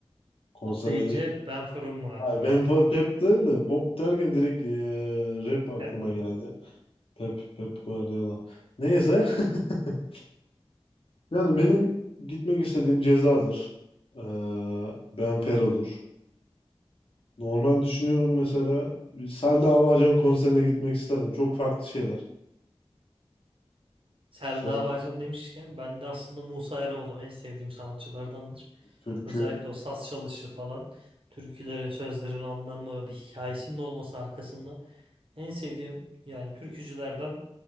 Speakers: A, on the left; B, on the right.
A: Konserleri
B: Pop deyince Ben Ferom mu aklına
A: Hayır, ben
B: geldi?
A: fa- Pep değil de pop derken direkt eee, rap aklıma
B: hep mi?
A: geldi. Pep, Pep Guardiola. Neyse. <laughs> Yani benim gitmek istediğim Ceza'dır. Eee Benfero'dur. Normal düşünüyorum mesela bir Selda Avacan konserine gitmek isterdim. Çok farklı şeyler.
B: Selda
A: Sev
B: Bağcan demişken ben de aslında Musa Eroğlu en sevdiğim sanatçılardandır.
A: türkü.
B: Özellikle o saz çalışı falan türkülerin sözlerin anlamı bir hikayesinin olması arkasında en sevdiğim yani türkücülerden